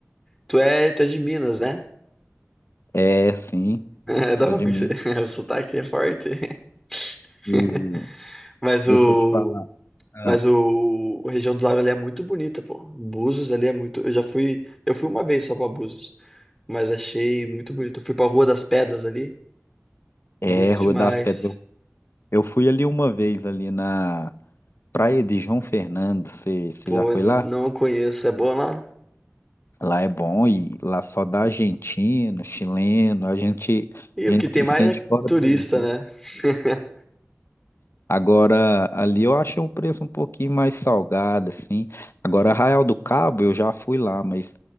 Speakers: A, in the centre; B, on the left (about 55°).
A: Tu é, tu é de Minas, né? <laughs>
B: É, sim,
A: É, dá
B: sou
A: pra
B: de
A: perceber.
B: Minas.
A: <laughs> O sotaque é forte. <laughs>
B: E
A: Mas
B: deixa
A: o,
B: eu te falar. Ah,
A: mas o, a região do lago ali é muito bonita, pô. Búzios ali é muito. Eu já fui, eu fui uma vez só pra Búzios. mas achei muito bonito. Eu Fui pra Rua das Pedras ali, bonito
B: é, Rua
A: demais.
B: das Pedras. Eu, eu fui ali uma vez ali na Praia de João Fernando. Você você
A: Pô,
B: já foi
A: n-
B: lá?
A: não conheço, é bom lá?
B: Lá é bom e lá só dá argentino, chileno. A gente,
A: E
B: a
A: o
B: gente
A: que tem
B: se
A: mais
B: sente
A: é
B: fora
A: turista,
B: do Brasil.
A: né? <laughs>
B: Agora, ali eu achei um preço um pouquinho mais salgado, assim. Agora, Arraial do Cabo, eu já fui lá, mas